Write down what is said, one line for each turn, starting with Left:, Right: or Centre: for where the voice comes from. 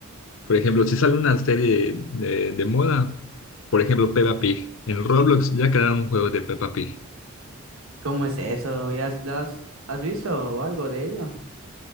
Left: por ejemplo, si sale una serie de, de moda, por ejemplo, Peppa Pig, en Roblox ya crearon un juego de Peppa Pig.
Right: ¿Cómo es eso? ¿Ya has, has, has visto algo de ello?